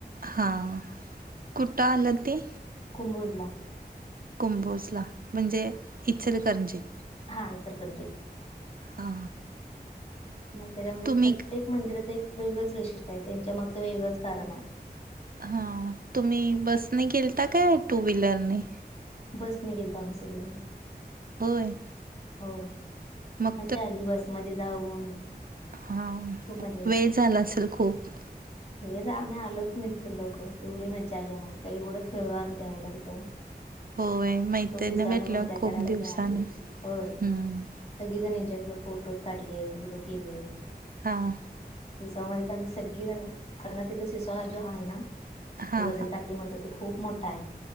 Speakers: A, on the right; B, on the left.
A: हां, कुठ आलं ते.
B: कुंबोजला.
A: कुंबोजला, म्हणजे इचरकरंजीत?
B: हा इचलकरंजीत.
A: हा
B: म त्याच्यामध्ये
A: तुम्ही
B: प्रत्येक मंदिराचं एक वेगळंच वैशिष्ट्य आहे त्यांच्या मागचं वेगळंच कारण आहे.
A: हा तुम्ही बसने गेलता काय टू व्हीलरनी?
B: बस ने गेलतो आम्ही सगेजण.
A: होय.
B: हो
A: मग
B: मज्जा आली बसमध्ये जाऊन.
A: हां
B: खूप मजा
A: वेळ झाला असेल खूप?
B: वेळ झाला आम्ही आलोच नाही तिथून लवकर एवढी मज्जा आली आम्हाला तिथ एवंढ खेळलो आम्ही त्या वेळेला तिथं.
A: होय मैतरणी
B: खूप दिवसानं
A: भेटल्या
B: मज्जा
A: व खूप
B: करायला
A: दिवसान.
B: मिळाली होय
A: हम्म
B: सगळीजण एंजॉय केलो फोटोज काढले व्हिडिओ केले.
A: हां.
B: सिसोवामध्ये तर आम्ही सगळीजण खरं ना तिथे सिसोवा जो हाय ना
A: हा
B: ते वजनताकडी म्हणतात ते खूप मोठा आहे.